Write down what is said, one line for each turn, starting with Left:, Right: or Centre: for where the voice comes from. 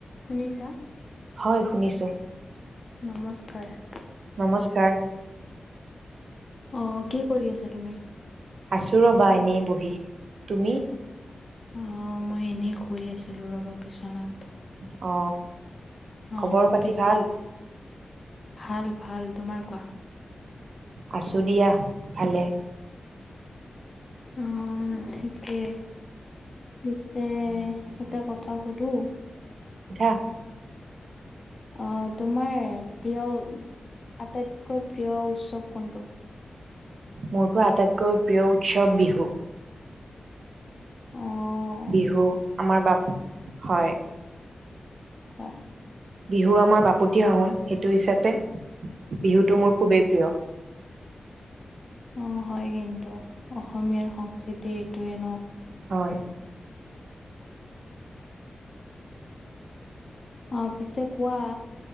Left: শুনিছা?
Right: হয় শুনিছোঁ।
Left: নমস্কাৰ।
Right: নমস্কাৰ।
Left: অ কি কৰি আছা তুমি?
Right: আছোঁ ৰবা এনেই বহি তুমি।
Left: অ মই এনেই শুই আছিলো ৰবা বিছনাত।
Right: অ।
Left: অ
Right: খবৰ পাতি
Left: পিছে
Right: ভাল
Left: ভাল ভাল তোমাৰ। কোৱা?
Right: আছোঁ দিয়া ভালেই।
Left: অ ঠিকে পিছে এটা কথা সুধোঁ?
Right: <inaudible>
Left: অ তোমাৰ প্ৰিয় আটাইতকৈ প্ৰিয় উৎসৱ কোনটো?
Right: মোৰতো আটাইতকৈ প্ৰিয় উৎসৱ বিহু।
Left: অঁ।
Right: বিহু আমাৰ বাপ হয়
Left: <inaudible>
Right: বিহু আমাৰ বাপতিসাহোন সেইটো হিচাপে বিহুটো মোৰ খুবেই প্ৰিয়।
Left: অ হয় কিন্তু অসমীয়াৰ সংস্কৃতি এইটোৱে ন।
Right: হয়।
Left: অ পিছে কোৱা?